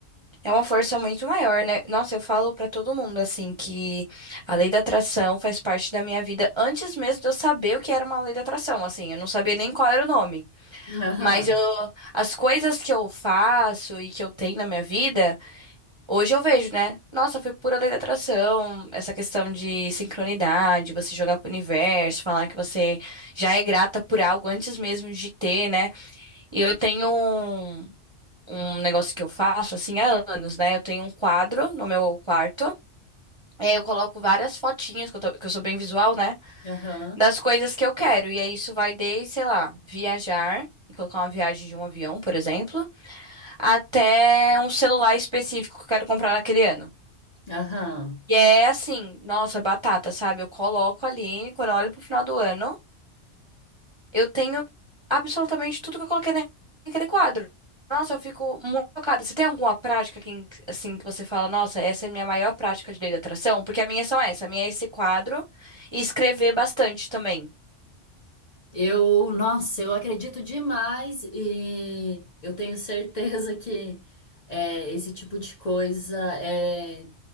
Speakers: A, on the right; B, on the left.
A: É uma força muito maior, né? Nossa, eu falo pra todo mundo assim que a lei da atração faz parte da minha vida antes mesmo de eu saber o que era uma lei da atração, assim, eu não sabia nem qual era o nome.
B: Aham,
A: Mas eu, as coisas que eu faço e que eu tenho na minha vida Hoje eu vejo, né? Nossa, foi pura lei da atração, essa questão de sincronidade, você jogar pro universo, falar que você já é grata por algo antes mesmo de ter, né? E eu tenho um, um negócio que eu faço, assim, há anos, né? Eu tenho um quadro no meu quarto. É, eu coloco várias fotinhas, que eu, tô- que eu sou bem visual, né?
B: aham,
A: Das coisas que eu quero. E aí isso vai desde, sei lá, viajar, e colocar uma viagem de um avião, por exemplo, até um celular específico que eu quero comprar naquele ano.
B: aham.
A: E é assim, nossa, batata, sabe? Eu coloco ali, quando eu olho pro final do ano, eu tenho absolutamente tudo que eu coloquei na- naquele quadro. Nossa, eu fico muito chocada. Você tem alguma prática que, assim, que você fala, nossa, essa é a minha maior prática de lei da atração? Porque a minha são essa, a minha é esse quadro e escrever bastante também.
B: Eu, nossa, eu acredito demais e eu tenho certeza que é, esse tipo de coisa é,